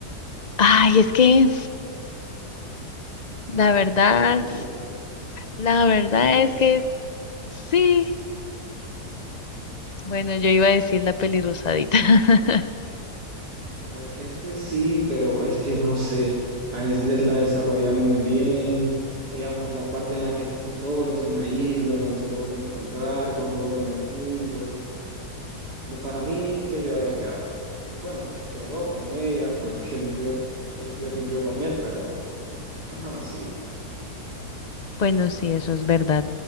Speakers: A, on the left; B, on the right.
A: ay, es que la verdad,
B: La verdad, yo te lo digo.
A: la
B: Yo
A: verdad
B: soy team
A: es
B: SD.
A: que sí. Bueno, yo iba a decir la peli rosadita. <laughs>
B: A ver, es que sí, pero es que no sé, a Sled la desarrollaron muy bien, digamos, la parte en la que están solos en la isla, cuando se lo vuelve a encontrar, cuando duermen juntos, la- para mí debió haber quedado. con Slade. Bueno, quedó con ella <laughs> porque murió, Sled murió con él, pero, ajá, sí.
A: Bueno, sí, eso es verdad.